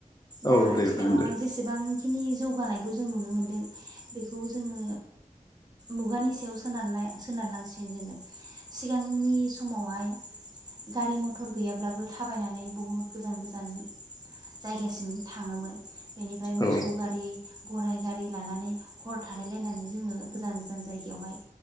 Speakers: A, on the left (about 25°); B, on the right (about 30°).
A: औ
B: दा आथिखालावहाय
A: दे बुंदो
B: जेसेबांखिनि जौगानायखौ जों नुनो मोनदों बेखौ जोङो मुगानि सायाव सोनारनाय सोनारनांसिगोन जोङो सिगांनि समावहाय गारि मटर गैयाब्लाबो थाबायनानै बहुद गोजान गोजान जायगासिम थाङोमोन। बेनिफ्राय मोसौ
A: औ
B: गारि। गराय गारि लानानै हर थालायलायनानै जोङो गोजान गोजान जायगायावहाय